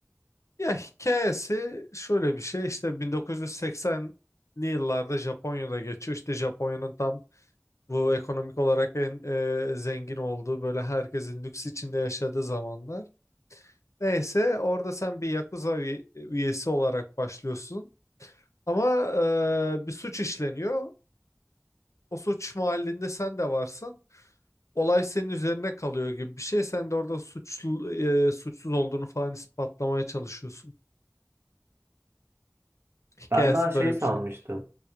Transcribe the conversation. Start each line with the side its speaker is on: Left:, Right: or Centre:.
Left: ya hikayesi şöyle bir şey işte 1980'li yıllarda Japonya'da geçiyor. İşte Japonya'nın tam bu ekonomik olarak en e, zengin olduğu böyle herkesin lüks içinde yaşadığı zamanlar. Neyse orada sen bir Yakuza üye- üyesi olarak başlıyorsun. Ama e, bir suç işleniyor. O suç mahallinde sen de varsın. Olay senin üzerine kalıyor gibi bir şey. Sen de orada suçlu, e, suçsuz olduğunu falan ispatlamaya çalışıyorsun. Hikayesi
Right: Ben daha şey
Left: böyle
Right: sanmıştım.
Left: bir şey.